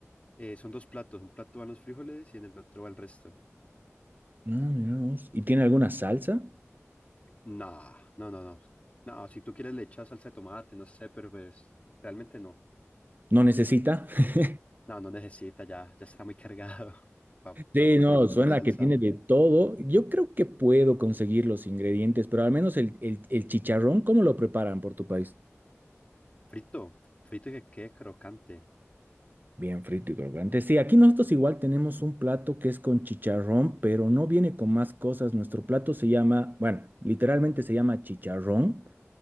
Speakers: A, on the left; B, on the right.
A: eh, son dos platos, un plato van los frijoles y en el otro va el resto.
B: Ah, mira vos. ¿Y tiene alguna salsa?
A: No, no, no, no. No, si tú quieres le echas salsa de tomate, no sé, pero pues realmente no.
B: ¿No necesita? <laughs>
A: No, no necesita, ya, ya está muy cargado <laughs>
B: Sí,
A: para meterlo
B: no,
A: en
B: suena
A: una salsa.
B: que tiene de todo. Yo creo que puedo conseguir los ingredientes, pero al menos el, el, el chicharrón, ¿cómo lo preparan por tu país?
A: Frito, frito y que quede crocante.
B: Bien frito y crocante. Sí, aquí nosotros igual tenemos un plato que es con chicharrón, pero no viene con más cosas. Nuestro plato se llama, bueno, literalmente se llama chicharrón.